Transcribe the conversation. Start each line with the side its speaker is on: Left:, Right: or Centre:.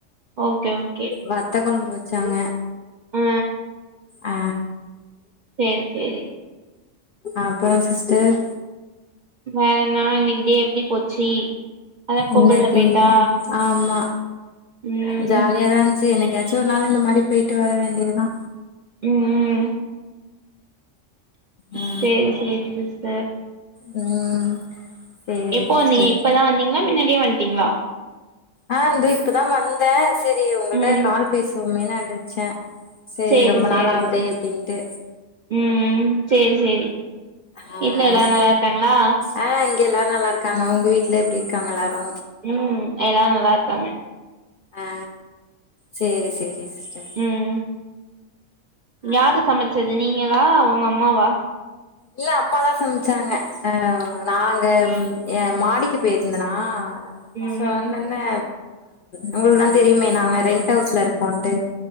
Right: ஓகே ஓகே
Left: வத்த கொழம்பு வெச்சாங்க
Right: ஆ
Left: ஆ
Right: சேரி சேரி
Left: அப்பறோ சிஸ்டர்
Right: வேறென்னா இன்னைக்கி டே எப்டி போச்சு அதா கோவில்ல
Left: இன்னைக்கு
Right: போயிட்டா
Left: ஆமா
Right: ம்
Left: ஜாலியாதா இந்ச்சு என்னைக்காச்சு ஒரு நாளு இந்த மாரி போயிட்டு வர வேண்டியதா
Right: ம்
Left: ஆ
Right: சேரி சேரி சிஸ்டர்
Left: ம் சேரி
Right: எப்போ
Left: சிஸ்டர்
Right: வந்தீங்க இப்பதா வந்தீங்ளா மின்னாடியே வன்ட்டிங்ளா
Left: ஆ இந்த இப்பதா வந்தே செரி உங்கள்ட்ட
Right: ம்
Left: கால் பேசுவோமேனு அடிச்சே செரி
Right: சேரி
Left: ரொம்ப
Right: சேரி
Left: நாள் ஆவுதே அப்டின்ட்டு
Right: ம் சேரி சேரி
Left: ஆ
Right: வீட்ல எல்லாரு நல்லார்க்காங்ளா
Left: ஆ இங்க எல்லாரு நல்லார்க்காங்க உங்க வீட்ல எப்டி இருக்காங்க எல்லாரு
Right: ம் எல்லாரு நல்லார்க்காங்க
Left: ஆ சேரி சேரி சிஸ்டர்
Right: ம்
Left: ஆ
Right: யாரு சமச்சது நீங்களா உங்க அம்மாவா
Left: இல்ல அம்மாதா சமச்சாங்க அ நா அங்க ஏ மாடிக்கு பேயிருந்தனா
Right: ம்
Left: சொன்னொன்னே
Right: ம்
Left: உங்களுக்தா தெரியுமே நாங்க ரெண்ட் ஹவுஸ்ல இருக்கோன்ட்டு